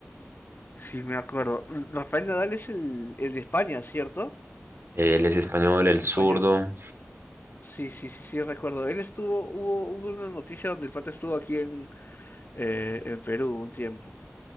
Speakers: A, on the left (about 50°); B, on the right (about 60°).
A: sí, me acuerdo. Rafael Nadal es el, el de España, ¿cierto?
B: Él es español, el
A: Español.
B: zurdo.
A: Sí, sí, sí, sí, recuerdo. Él estuvo, hubo, hubo una noticia donde el pata estuvo aquí en, eh, en Perú un tiempo,